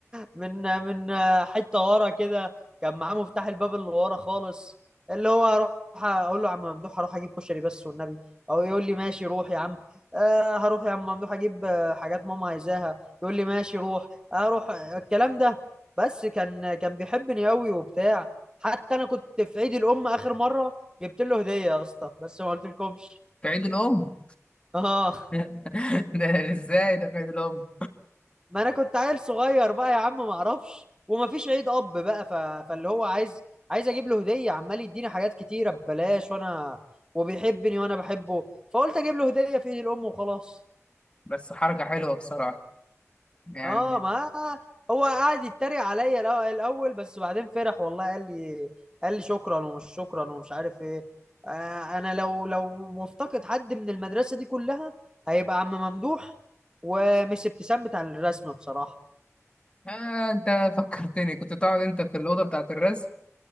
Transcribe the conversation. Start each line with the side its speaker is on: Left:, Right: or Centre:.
Right: من آه، من آه، حتة ورا كده كان معاه مفتاح الباب اللي ورا خالص اللي هو هروح اقول له يا عم ممدوح هروح اجيب كشري بس والنبي او يقول لي ماشي روح يا عم آه هروح يا عم ممدوح اجيب حاجات ماما عايزاها يقول لي ماشي روح اروح الكلام ده بس كان كان بيحبني قوي وبتاع حتى انا كنت في عيد الام اخر مره جبت له هديه يا اسطى بس ما قلتلكمش
Left: في عيد الأم
Right: اه
Left: <laughs> ده ازاي ده في عيد الأم
Right: ما انا كنت عيل صغير بقى يا عم ما اعرفش وما فيش عيد اب بقى ف... فاللي هو عايز عايز اجيب له هديه عمال يديني حاجات كتيره ببلاش وانا وبيحبني وانا بحبه فقلت اجيب له هديه في عيد الام وخلاص
Left: بس حركة حلوة بصراحة يعني
Right: اه ما هو قعد يتريق عليا الأ- الاول بس بعدين فرح والله قال لي قال لي شكرا ومش شكرا ومش عارف ايه آه، انا لو لو مفتقد حد من المدرسه دي كلها هيبقى عم ممدوح ومس ابتسام بتاع الرسم بصراحه
Left: آه انت فكرتني كنت تقعد انت في الأوضة بتاعة الرسم